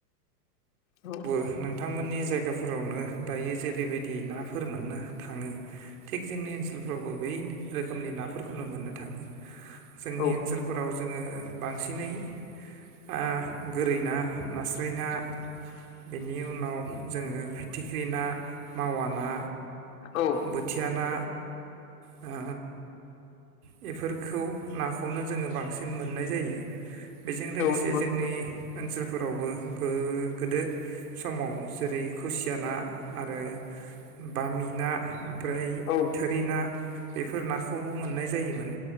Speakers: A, on the left (about 55°); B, on the right (about 60°).
A: औ
B: बो नोंथांमोननि जायगा जायगाफोरावनो दायो जेरैबायदि ना फोर मोननो थाङो थिग जोंनि ओनसोलफ्रावबो बै रोखोमनि नाफोरखौनो मोननो थाङो। जोंनि
A: औ
B: ओनसोलफोराव जोङो बांसिनै आ गोरै ना नास्राय ना। बेनि उनाव जोङो फिथिख्रि ना, मावा ना,
A: औ
B: बोथिया ना ओ बेफोरखौ नाखौनो जोङो बांसिन मोननाय जायो। बेजों लोगोसे
A: नंगौ
B: जोंनि
A: नोंथां
B: ओनसोलफोरावबो गो गो समाव जेरै खुसिया ना आरो बामि ना ओमफ्राय
A: औ
B: थोरि ना बेफोर नाखौबो मोननाय जायोमोन।